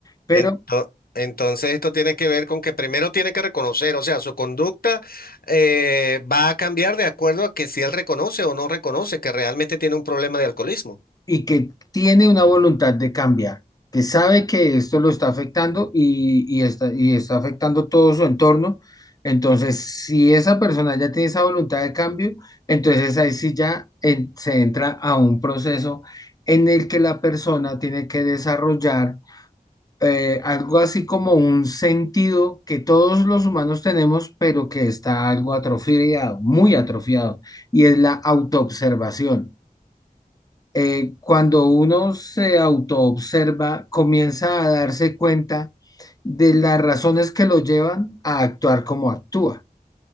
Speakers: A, on the left; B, on the left.
A: Pero,
B: Ento- entonces esto tiene que ver con que primero tiene que reconocer, o sea, su conducta eh, va a cambiar de acuerdo a que si él reconoce o no reconoce que realmente tiene un problema de alcoholismo.
A: y que tiene una voluntad de cambiar, que sabe que esto lo está afectando y, y está, y está afectando todo su entorno. Entonces, si esa persona ya tiene esa voluntad de cambio, entonces ahí sí ya en- se entra a un proceso en el que la persona tiene que desarrollar eh, algo así como un sentido que todos los humanos tenemos, pero que está algo atrofiado, muy atrofiado, y es la autoobservación. Eh, cuando uno se autoobserva, comienza a darse cuenta de las razones que lo llevan a actuar como actúa.